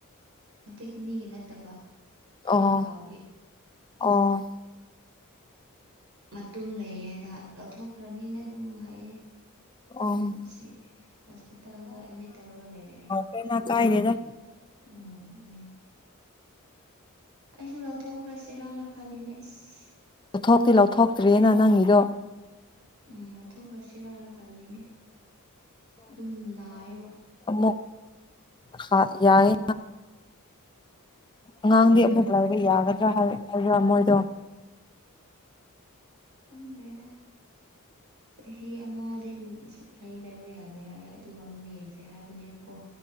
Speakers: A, on the right; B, on the left.
A: ꯍꯟꯇꯛꯀꯤꯅꯤꯒꯤ ꯅꯠꯇꯕ ꯉꯥ
B: ꯑꯣ
A: ꯈꯥꯎꯒꯤ
B: ꯑꯣ
A: ꯃꯇꯨꯝ ꯂꯩꯌꯦꯅ ꯂꯧꯊꯣꯛꯈ꯭ꯔꯅꯤꯅꯒꯨꯝ ꯍꯥꯏꯌꯦ
B: ꯑꯣ
A: ꯑꯁꯤ ꯍꯣꯁꯄꯤꯇꯥꯜꯗ ꯑꯦꯗꯃꯤꯠ ꯇꯧꯔꯒ ꯂꯩꯔꯛꯑꯦ
B: ꯀꯅ ꯀꯥꯏꯗꯦꯗ
A: ꯑꯣꯅꯤ ꯑꯩꯁꯨ ꯂꯧꯊꯣꯛꯈ꯭ꯔꯁꯤꯔꯅ ꯈꯜꯂꯤꯅꯦ ꯏꯁ
B: ꯂꯧꯊꯣꯛꯇꯤ ꯂꯧꯊꯣꯛꯇ꯭ꯔꯔꯤꯦꯅ ꯅꯪꯒꯤꯗꯣ
A: ꯎꯝ ꯂꯧꯊꯣꯛꯈ꯭ꯔꯁꯤꯔꯥꯅ ꯈꯜꯂꯤꯅꯦ ꯑꯗꯨꯝ ꯅꯥꯏꯌꯦꯕ
B: ꯨ ꯍꯥ ꯌꯥꯏ ꯑꯉꯥꯡꯗꯤ ꯑꯃꯨꯛ ꯂꯥꯏꯕ ꯌꯥꯒꯗ꯭ꯔꯥ ꯍꯥꯏꯕ꯭ꯔꯥ ꯃꯣꯏꯗꯣ
A: ꯈꯪꯗ꯭ꯔꯦꯗ ꯆꯍꯤ ꯑꯃꯗꯤ ꯁꯨꯛ ꯂꯩ ꯂꯩꯕ ꯌꯥꯗꯦ ꯍꯥꯏ ꯑꯗꯨꯒ ꯑꯃꯨꯛ ꯌꯦꯡꯁꯦ ꯍꯥꯏꯕꯅꯦꯕꯀꯣ